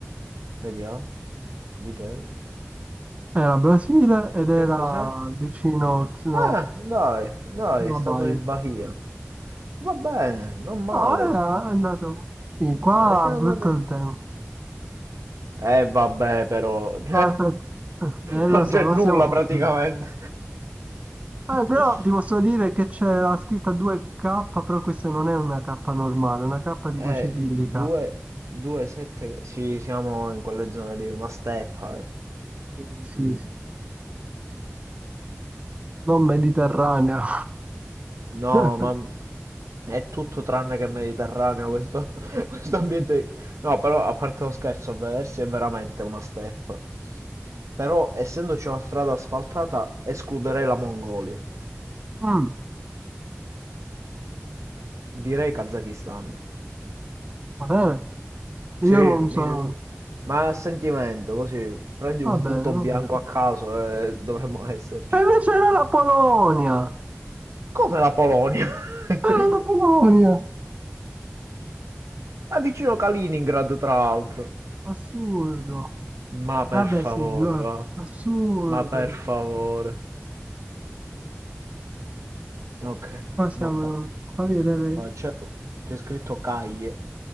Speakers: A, on the right (about 80°); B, on the right (about 30°).
A: vediamo, video.
B: Era Brasile ed
A: Che
B: era
A: cos'è?
B: vicino, no,
A: Eh, dai, dai,
B: c'era la
A: Stato
B: Baia.
A: di Bahia. Va bene, non male.
B: No, era- è andato sì, qua,
A: Ah, siamo
B: è brutto
A: andati...
B: il tempo.
A: Eh vabbè però, <laughs>
B: Aspetta, eh, eh,
A: non
B: lo so,
A: c'è
B: non
A: nulla
B: siamo fortunati.
A: praticamente.
B: Ah, però
A: <laughs>
B: ti posso dire che c'è la scritta 2K, però questa non è una K normale, è una K tipo
A: Eh,
B: cirillica.
A: 2, 2, 7, sì siamo in quelle zone lì, una steppa. eh.
B: Sì, sì, sì. non mediterranea.
A: No,
B: <laughs>
A: ma è tutto tranne che mediterraneo questo, <laughs> questo ambiente. No, però a parte lo scherzo, a vedersi è veramente una steppa. Però essendoci una strada asfaltata escluderei la Mongolia,
B: Mm,
A: direi Kazakistan.
B: va bene, io
A: Sì,
B: non
A: mi-
B: sono...
A: ma a sentimento, così prendi un
B: Va
A: punto
B: bene,
A: bianco
B: va bene.
A: a caso e dovremmo esserci.
B: E invece era la Polonia!
A: Come la Polonia? <laughs>
B: Era la Polonia!
A: È vicino Kaliningrad, tra l'altro.
B: Assurdo.
A: Ma per
B: Vabbè,
A: favore,
B: sì, allora,
A: va.
B: assurdo.
A: Ma per favore. Ok,
B: Qua siamo...
A: vabbè.
B: Qua vedere...
A: Ma C'è c'è scritto Caglie,